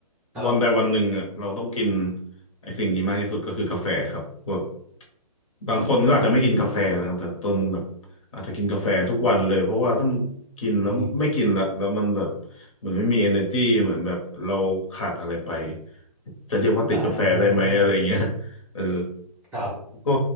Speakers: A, in the centre; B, on the left.
A: ครับ
B: วันใดวันหนึ่งอ่ะเราต้องกินไอ้สิ่งนี้มากที่สุดก็คือกาแฟครับแบบบางคนก็อาจจะไม่กินกาแฟนะครับแต่ต้นแบบอาจจะกินกาแฟทุกวันเลยเพราะว่าถ้ามันกินแล้วไม่กินละแล้วมันแบบเหมือนไม่มี
A: อืม
B: energy เหมือนแบบเราขาดอะไรไปจะเรียกว่าติดกาแฟได้ไหมอะไรเงี้ย
A: อ่า
B: เออ
A: ครับ
B: ก็